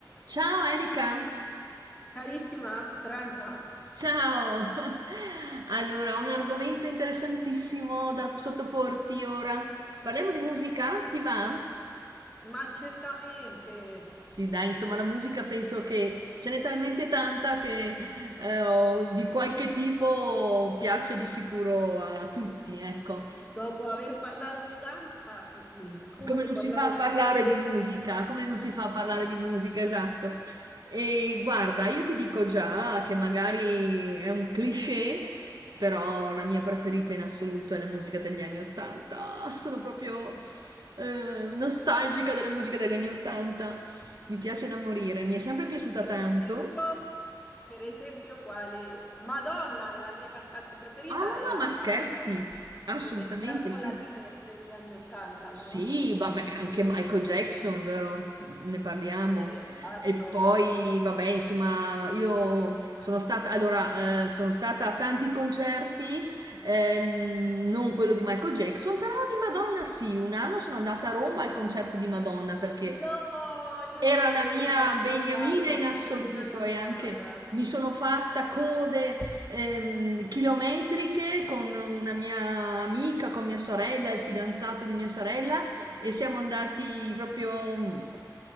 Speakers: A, on the right; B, on the left.
A: Ciao Erika,
B: Carissima Franca,
A: ciao. <laughs> Allora, ho un argomento interessantissimo da sottoporti ora. Parliamo di musica, ti va?
B: ma certamente
A: Sì, dai, insomma, la musica penso che ce n'è talmente tanta che eh, o- di qualche tipo piace di sicuro a tutti, ecco.
B: dopo aver parlato di danza, po- mm, come
A: Come
B: non
A: non
B: parlare
A: si fa a parlare
B: di,
A: di musica, come non
B: di
A: si
B: musica?
A: fa a parlare di musica, esatto. E guarda, io ti dico già che magari è un cliché, però la mia preferita in assoluto è la musica degli anni Ottanta. Sono proprio eh, nostalgica della musica degli anni Ottanta. Mi piace da morire, mi è sempre piaciuta
B: Per
A: tanto.
B: esempio, per esempio, quale Madonna è la mia cantante preferita
A: Ah,
B: e ha-
A: ma scherzi? Assolutamente
B: ed è stata un po'
A: sì.
B: la leader degli anni Ottanta, no?
A: Sì, vabbè, anche Michael Jackson, vero? Ne parliamo.
B: E il fatto
A: E poi,
B: che... sei
A: vabbè, insomma,
B: fatto.
A: io sono stata, allora, eh, sono stata a tanti concerti, ehm, non quello di Michael Jackson, però di Madonna sì. Un anno sono andata a Roma al concerto di Madonna perché
B: No, io
A: era
B: ci volevo
A: la mia
B: troppo
A: beniamina
B: andare, non
A: in assoluto
B: ci sono mai andata.
A: e anche mi sono fatta code ehm, chilometriche con una mia amica, con mia sorella, il fidanzato di mia sorella e siamo andati proprio